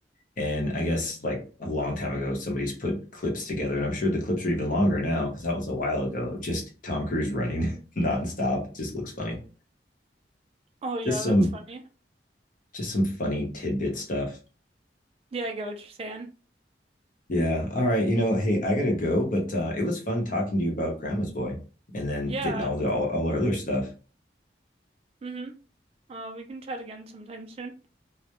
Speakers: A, on the left (about 50°); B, on the right (about 35°).
A: And I guess like a long time ago, somebody's put clips together, and I'm sure the clips are even longer now because that was a while ago. Just Tom Cruise running <laughs> nonstop. It just looks funny.
B: Oh yeah,
A: Just some
B: that's funny.
A: just some funny tidbit stuff.
B: Yeah, I get what you're saying.
A: Yeah. All right. You know, hey, I gotta go, but uh, it was fun talking to you about Grandma's Boy, and then
B: Yeah.
A: getting all the all, all our other stuff.
B: Mm-hmm. Uh, we can chat again sometime soon.